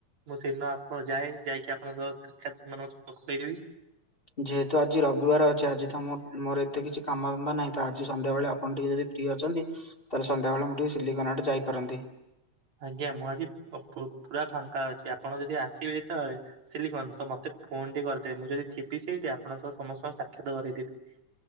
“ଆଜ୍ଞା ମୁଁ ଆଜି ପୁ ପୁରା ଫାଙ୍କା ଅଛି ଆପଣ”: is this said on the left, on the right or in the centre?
Right